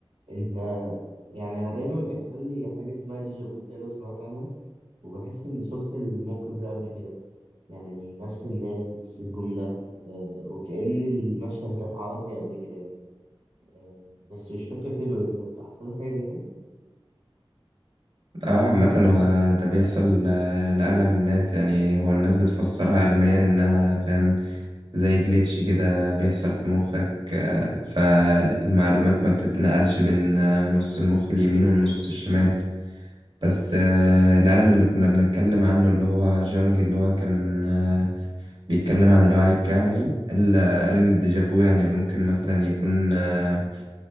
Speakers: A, on the right (about 80°); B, on the right (about 55°).
A: انت يعني أنا دايما بيحصل لي حاجه اسمها ديجا فو كده لو سمعت عنها وبحس اني شفت الموقف ده قبل كده يعني نفس الناس نفس الجمله آه وكأن المشهد ده اتعرض لي قبل كده يعني آه بس مش فاكر فين وامتى أنت حصل لك حاجه زي كده
B: اه عامة هو ده بيحصل آه، لأغلب الناس يعني هو الناس بتفسرها علميا إنها فاهم زي جليتش كده بيحصل في مخك آه، فالمعلومات ما بتتنقلش بين آه، نص المخ اليمين والنص الشمال بس آه، العالم اللي كنا بنتكلم عنه اللي هو جونج اللي هو كان آه، بيتكلم عن الوعي الجمعي قال آه، قال إن الديجافو يعني ممكن مثلا يكون آه،